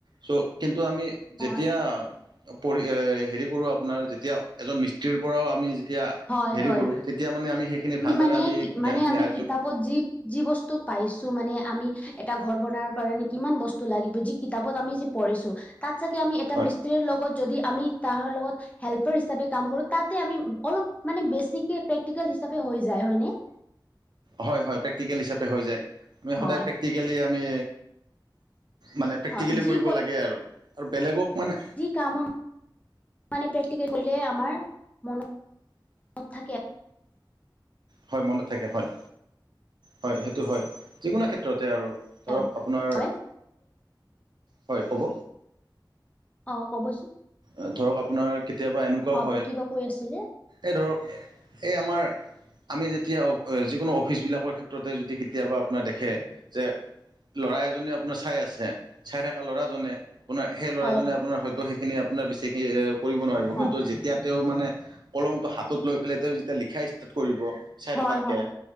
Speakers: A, on the right; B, on the left.
A: চ' কিন্তু আমি যেতিয়া
B: হয়
A: পঢ়ি এ হেৰি কৰোঁ আপোনাৰ যেতিয়া এজন মিস্ত্ৰীৰ পৰাও আমি যেতিয়া
B: হয়
A: হেৰি
B: হয়
A: কৰো তেতিয়া মানে আমি সেইখিনি ভালদৰে
B: মানে
A: আমি জ্ঞানখিনি
B: মানে আমি
A: আ
B: কিতাপত যি কি যি বস্তু পাইছো মানে আমি এটা ঘৰ বনাবৰ কাৰণে কিমান বস্তু লাগিব যি কিতাপত আমি যি পঢ়িছো তাত চাগে আমি এটা
A: হয়
B: মিস্ত্ৰীৰ লগত যদি আমি তাহাৰ লগত হেল্পাৰ হিচাপে কাম কৰো তাতে আমি অলপ মানে বেছিকে প্ৰেক্টিকেল হিচাপে হৈ যায় হয় নে?
A: হয় হয় প্ৰেক্টিকেল হিচাপে হৈ যায়, আমি
B: হয়
A: সদায় প্ৰেক্টিকেলি আমি মানে প্ৰেক্টিকেলি
B: হয় যি
A: কৰিব লাগে আৰু, আৰু বেলেগক মানে
B: কামক মানে প্ৰেকটিকেল কৰিলে আমাৰ মনত থাকে।
A: হয় মনত থাকে হয়, হয় সেইটো হয় যিকোনো ক্ষেত্ৰতে আৰু ধৰক
B: আৰু
A: আপোনাৰ,
B: হয়
A: হয় ক'ব?
B: অ ক'বচোন?
A: অ ধৰক আপোনাৰ কেতিয়াবা এনেকুৱাও
B: অ আপুনি
A: হয়,
B: কিবা কৈ আছিলে
A: এই ধৰক এ এই আমাৰ আমি যেতিয়া অ যিকোনো অফিচবিলাকৰ ক্ষেত্ৰতে যদি কেতিয়াবা আপোনাৰ দেখে যে ল'ৰা এজনে আপোনাৰ চাই আছে চাই থাকা ল'ৰাজনে, আপোনাৰ সেই ল'ৰাজনে
B: হয়
A: আপোনাৰ হয়তো সেইখিনি আপোনাৰ বেছিকে এ কৰিব নোৱাৰিব
B: হয়
A: কিন্তু যেতিয়া তেওঁ মানে কলমটো হাতত লৈ পেলাই তেওঁ যেতিয়া লিখা ষ্টাৰট কৰিব চাই
B: হয়
A: থকাতকে,
B: হয় হয়